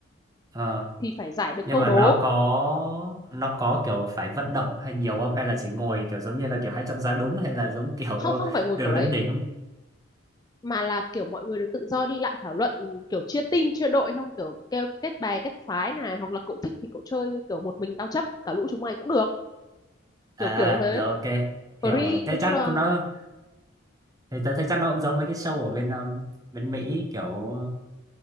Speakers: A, on the right (about 20°); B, on the left (about 20°).
A: ờ,
B: thì phải giải được
A: nhưng
B: câu
A: mà
B: đố
A: nó có nó có kiểu phải vận động hay nhiều không hay là chỉ ngồi kiểu giống như là kiểu hãy chọn giá đúng hay là giống kiểu
B: không không
A: <laughs>
B: phải ngồi
A: đường
B: kiểu
A: lên
B: đấy
A: đỉnh không
B: mà là kiểu mọi người được tự do đi lại thảo luận ừ, kiểu chia team chia đội xong kiểu kêu kết bè kết phái này hoặc là cậu thích thì cậu chơi kiểu một mình tao chấp cả lũ chúng mày cũng được
A: à
B: kiểu kiểu thế
A: rồi ok hiểu
B: free
A: rồi thế
B: nói
A: chắc
B: chung là
A: cũng nó thì tớ thấy chắc nó cũng giống mấy cái show ở bên um, bên Mỹ kiểu